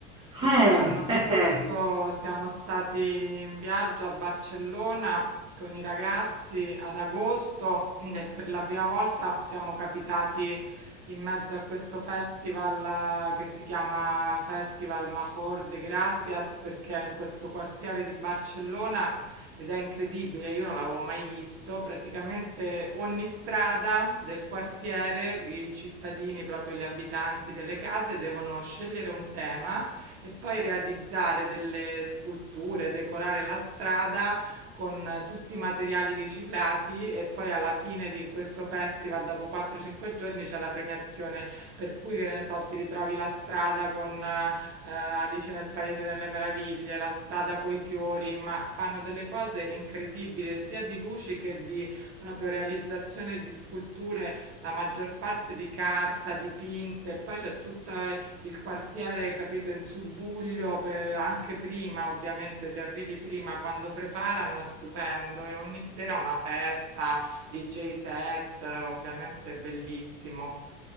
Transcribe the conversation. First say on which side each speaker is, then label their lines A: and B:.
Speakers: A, on the right; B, on the right.
A: perché
B: Eh,
A: l'anno scorso
B: eh, eh.
A: siamo stati in viaggio a Barcellona con i ragazzi ad agosto e per la prima volta siamo capitati in mezzo a questo festival eh, che si chiama Festival Major de Gracias, perché in questo quartiere di Barcellona ed è incredibile, io non l'avevo mai visto. Praticamente ogni strada del quartiere, i cittadini, proprio gli abitanti delle case, devono scegliere un tema e poi realizzare delle sculture, decorare la strada con eh, tutti i materiali riciclati e poi alla fine di questo festival, dopo 4-5 giorni, c'è la premiazione, per cui che ne so, ti ritrovi la strada con eh, eh, Alice nel Paese delle Meraviglie, La strada coi fiori, ma fanno delle cose incredibili sia di luci che di proprio realizzazione di sculture, la maggior parte di carta, dipinte, poi c'è tutto eh, il quartiere, capito, in subbuglio per anche prima, ovviamente se arrivi prima quando preparano è stupendo e ogni sera una festa, DJ set, eh, ovviamente bellissimo.